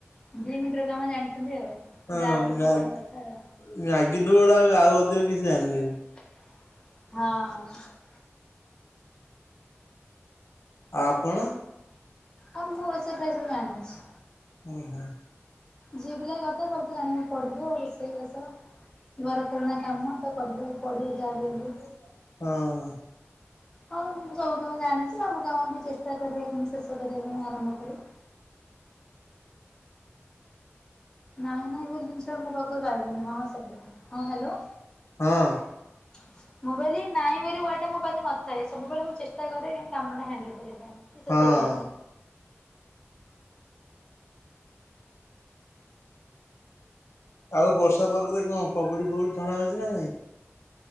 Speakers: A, on the left; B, on the left.
A: ଦି ମିନିଟ୍ ରେ କାମ ଜାଣିଛନ୍ତି ଆଉ।
B: ହଁ
A: ଯାହା ସେତିକି
B: ମ୍ୟାଗ଼୍-
A: ବଡ କଥା ଆଉ।
B: ମ୍ୟାଗି ଠୁ ବଡ ଆଉ ଅଧିକ କିଛି ଜାଣିନାହିଁ
A: ହଁ।
B: ଆଉ ଆପଣ?
A: ହଁ ମୁଁ ସେଟା ସବୁ ଜଣିଛି।
B: ଓହୋ।
A: ଝିଅ ପିଲା କଥା ସବୁ ତୁ ଜାଣିବାକୁ ପଡିବ ରୋଷେଇବାସ ଘର କରଣା କାମ ତ କରିବାକୁ ପଡିବ ଯାହା ବି ହେଲେ।
B: ହଁ।
A: ହ ହଁ ମୁଁ ସବୁ କାମ ଜାଣିଛି ସବୁ କାମ ବି ଚେଷ୍ଟା କରେ ଶେଷ କରିବା ପାଇଁ ଆରମ୍ଭ କରେ। ନାଇଁ ନାଇଁ ବୋଲି ଜିନିଷ ମୋ ପାଖରୁ ପାଇବେନି ହଁ ସବୁ ହଁ ହ୍ୟାଲୋ।
B: ହଁ।
A: ହ ମୁଁ କହିଲି ନାଇଁ ବୋଲି ୱାର୍ଡଟା ମୋ ପାଖେ ନଥାଏ ସବୁବେଳେ ମୁଁ ଚେଷ୍ଟା କରେ କିନ୍ତୁ କାମଟା ହ୍ୟାଣ୍ଡେଲ କରିବା ପାଇଁ। କୁ ଶେଷ
B: ହଁ
A: କରିବା ପାଇଁ।
B: ଆଉ ବର୍ଷା ପାଖରେ କଣ ପକୁଡି ଫକୁଡି ଛଣା ହଉଛି ନା ନାଇଁ?